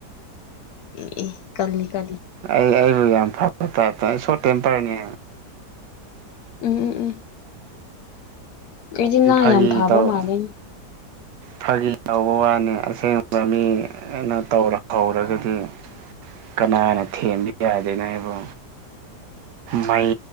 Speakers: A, on the left; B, on the right.
A: ꯑꯦꯍꯦ ꯀꯜꯂꯤ ꯀꯜꯂꯤ
B: ꯑꯩ ꯑꯩꯕꯨ ꯌꯥꯝ ꯐꯕ ꯇꯥꯏꯞꯇ ꯑꯩ ꯁꯣꯔꯠ ꯇꯦꯝꯄꯔꯅꯦ
A: ꯎꯝ ꯎꯝ ꯎꯝ ꯑꯩꯗꯤ ꯅꯡ
B: ꯐꯥꯒꯤ
A: ꯌꯥꯝ ꯐꯥꯕ
B: ꯇꯧ
A: ꯃꯥꯜꯂꯦꯅꯦ
B: ꯐꯥꯒꯤ ꯍꯧꯕ ꯋꯥꯅꯤ ꯑꯁꯦꯡꯕ ꯃꯤꯅ ꯇꯧꯔꯛꯍꯧꯔꯒꯗꯤ ꯀꯅꯥꯅ ꯊꯦꯝꯕ ꯌꯥꯗꯦꯅꯦ ꯑꯩꯕꯨ ꯃꯩ